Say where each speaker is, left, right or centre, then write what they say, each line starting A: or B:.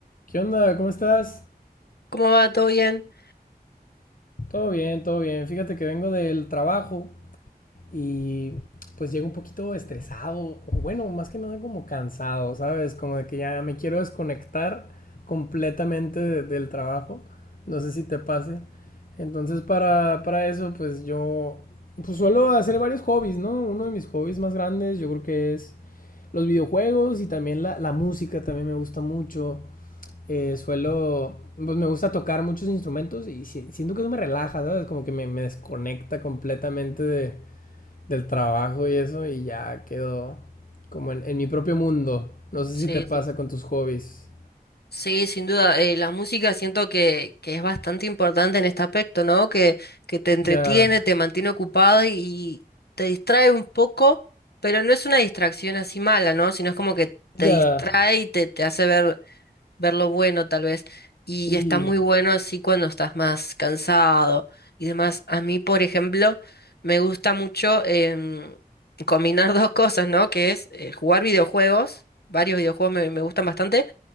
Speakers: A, on the left; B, on the left.
A: ¿Qué onda? ¿Cómo estás?
B: ¿Cómo va? ¿Todo bien?
A: Todo bien, todo bien. Fíjate que vengo del trabajo y pues llego un poquito estresado, o bueno, más que nada como cansado, ¿sabes? Como de que ya me quiero desconectar completamente de- del trabajo. No sé si te pase. Entonces para, para eso pues yo pues suelo hacer varios hobbies, ¿no? Uno de mis hobbies más grandes yo creo que es los videojuegos y también la, la música también me gusta mucho. eh, suelo, pues me gusta tocar muchos instrumentos y si- siento que eso me relaja, ¿sabes? Como que me, me desconecta completamente de- del trabajo y eso y ya quedo como en, en mi propio mundo. No sé
B: Sí,
A: si te pasa
B: sí.
A: con tus hobbies.
B: Sí, sin duda. eh, la música siento que, que es bastante importante en este aspecto, ¿no? Que, que te entretiene,
A: Ya,
B: te mantiene ocupado y te distrae un poco, pero no es una distracción así mala, ¿no? Sino es como que te
A: ya,
B: distrae y te, te hace ver ver lo bueno tal vez. Y
A: sí,
B: está muy bueno así cuando estás más cansado y demás. A mí, por ejemplo, me gusta mucho em, combinar <laughs> dos cosas, ¿no? Que es eh, jugar videojuegos, varios videojuegos me, me gustan bastante,